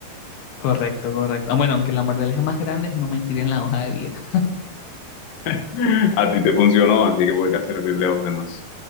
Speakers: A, on the left; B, on the left.
A: Correcto, correcto. Ah, Bueno, aunque la moraleja más grande es no mentir en la hoja de vida.
B: <laughs> A ti te funcionó, así que podría servirle a los demás.